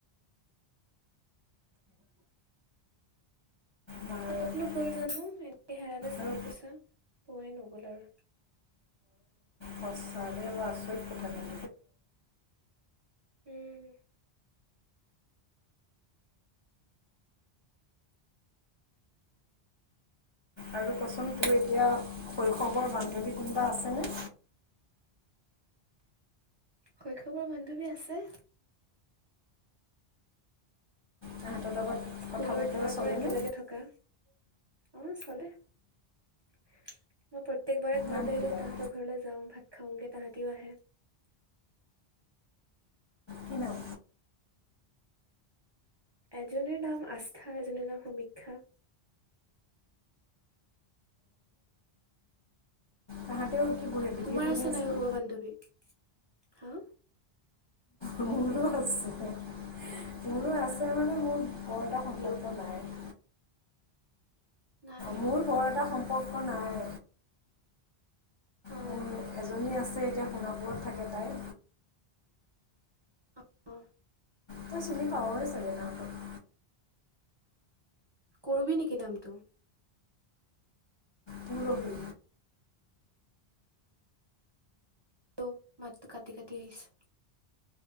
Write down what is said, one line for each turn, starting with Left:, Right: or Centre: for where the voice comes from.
Right: উ <unintelligible>
Left: বাৰু।
Right: কত নগ'ল জানো এনে হেৰালে চবি
Left: আৰু
Right: কৈছা পয়ে নগল আৰু
Left: মছানে আছ কথা দেই।
Right: উম',।
Left: আৰু কচোন তোৰ এতিয়া শৈশৱৰ বান্ধৱী কোনোবা আছেনে?
Right: শৈশৱৰ বান্ধৱী আছে।
Left: তাহাঁতৰ লগত
Right: স্কুলৰ
Left: কথা বতৰা
Right: দিনৰ
Left: চলেনে
Right: পৰা একেলগে থকা। অ' চলে মই প্ৰত্য়েকবাৰে ঘৰলৈ
Left: নাম কি
Right: আহিলে
Left: বাৰু
Right: তাহতৰ ঘৰলৈ যাওঁ ভাত খাওঁগে তাহাঁতিও আহে।
Left: কি নাম
Right: এজীৰ নাম আস্থা এজীৰ নাম সমীক্ষা।
Left: তাহাঁতেও কি পঢ়ে ডিগ্ৰী
Right: তোমাৰ
Left: পঢ়ি
Right: আছে
Left: আছেনে
Right: নাই শৈশৱৰ বান্ধৱী, হা!
Left: মোৰো আছে, মোৰো আছে মানে, মোৰ বৰ এটা সম্পৰ্ক
Right: হেল্ল'
Left: নাই।
Right: নাই
Left: মোৰ বৰ এটা সম্পৰ্ক নাই।
Right: অ
Left: মোৰ এজনী আছে, এতিয়া শুনা পুৰত থাকে তাই।
Right: অ', উম্।
Left: তই চিনি পাৱই চাগে তাহাঁতক।
Right: কৰবি নেকি নামটো?
Left: পূৰবী।
Right: ত', মাতটো কাটি কাটি আহিছে।